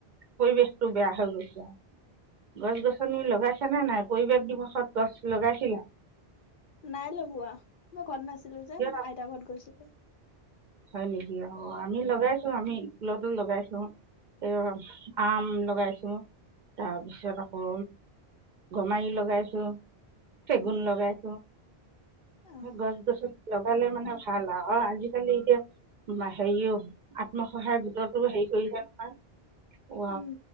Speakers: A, on the right; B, on the left.
A: পৰিৱেশটো বেয়া হৈ গৈছে আৰু গছ গছনি লগাইছে নে নাই পৰিৱেশ দিৱসত গছ লগাইছিলা।
B: নাই লগোৱা মই ঘৰত নাছিলো যে
A: কিয়
B: আইতাৰ ঘৰত গৈছিলোঁ।
A: হয় নেকি অ আমি লগাইছোঁ আমি স্কুলতো লগাইছোঁ। এ আম লগাইছোঁ তাৰপিছত আকৌ গমাৰি লগাইছোঁ চেগুন
B: উম,
A: লগাইছোঁ
B: অ',
A: গছ গছনি লগালে মানে ভাল আৰু অ আজিকালি এতিয়া হেৰিও আত্মসহায়ক গোটটো হেৰি কৰিলে নহয়। উ
B: উম,